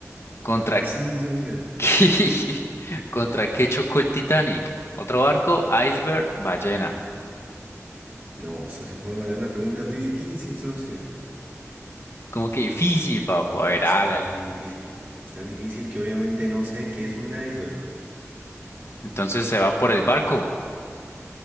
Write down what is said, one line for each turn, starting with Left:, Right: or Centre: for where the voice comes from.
Left: ¿Contra
Right: ¿Cómo así, socio?
Left: qué? <laughs> ¿Contra qué chocó el Titanic? ¿Otro barco? ¿Iceberg? ¿Ballena?
Right: No, socio, ¿cómo me va a dar una pregunta muy difícil, socio?
Left: Como que difícil, papo. A ver,
Right: Sí,
Left: hágale.
Right: difícil. Es tan difícil que obviamente no sé qué es un iceberg.
Left: Entonces se va por el barco.